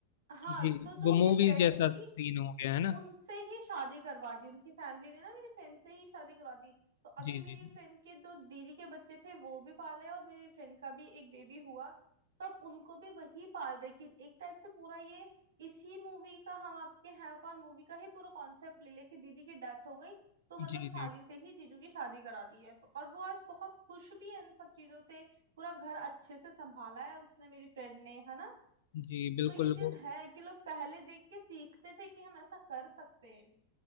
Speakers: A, on the right; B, on the left.
A: हाँ
B: जी
A: तो जो
B: वो
A: मेरी
B: मूवीज
A: फ्रेंड
B: जैसा
A: थी
B: सीन हो गया है ना
A: उनसे ही शादी करवा दी उनकी फैमिली ने ना मेरी फ्रेंड से ही शादी करा दी तो अभी
B: जी
A: मेरी
B: जी
A: फ्रेंड के जो दीदी के बच्चे थे वो भी पाले और मेरी फ्रेंड का भी एक बेबी हुआ तो अब उनको भी वही पाल रही कि एक टाइप से पूरा ये इसी मूवी का हम आपके हैं कौन मूवी का ही पूरा कॉन्सेप्ट ले ले कि दीदी की डेथ हो गई तो मतलब
B: जी
A: साली
B: जी
A: से ही जीजू की शादी करा दी है तो और वो आज बहुत खुश भी है इन सब चीजों से पूरा घर अच्छे से संभाला है उसने मेरी फ्रेंड ने है ना
B: जी बिल्कुल
A: तो ये चीज
B: वो
A: है कि लोग पहले देख के सीखते थे कि हम ऐसा कर सकते हैं